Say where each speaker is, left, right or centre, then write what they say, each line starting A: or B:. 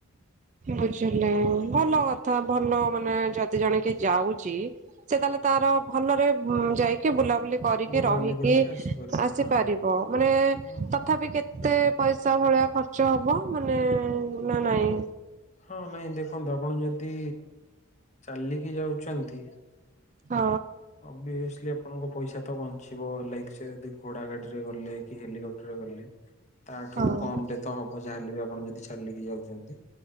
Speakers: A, on the right; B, on the left.
A: ବୁଝିଲି ଭଲ କଥା ଭଲ ମାନେ ଯଦି ଜଣେ କି ଯାଉଛି ସେ ତାହଲେ ତାର ଭଲରେ ଉଁ ଯାଇକି ବୁଲା ବୁଲି କରିକି
B: ବୁଲାବୁଲି
A: ରହିକି
B: କରିକି ଆସିପାରିବ
A: ଆସିପାରିବ
B: ହଁ
A: ମାନେ
B: ହଁ
A: ତଥାପି କେତେ ପଇସା ଭଳିଆ ଖର୍ଚ୍ଚ ହବ ମାନେ ନା ନାଇଁ?
B: ହଁ ନାଇଁ ଦେଖନ୍ତୁ ଆପଣ ଯଦି ଚାଲିକି ଯାଉଛନ୍ତି
A: ହଁ
B: ଅଭିଅସଲି ଆପଣଙ୍କ ପଇସା ତ ବଞ୍ଚିବ ଲାଇକ ସେ ଯଦି ଘୋଡା ଗାଡିରେ ଗଲେ କି ହେଲିକପ୍ଟର ରେ ଗଲେ ତାଠୁ
A: ହଉ।
B: କମ ରେ ତ ହବ ଯାହାହେଲେ ବି ଆପଣ ଯଦି ଚାଲିକି ଯାଉଛନ୍ତି।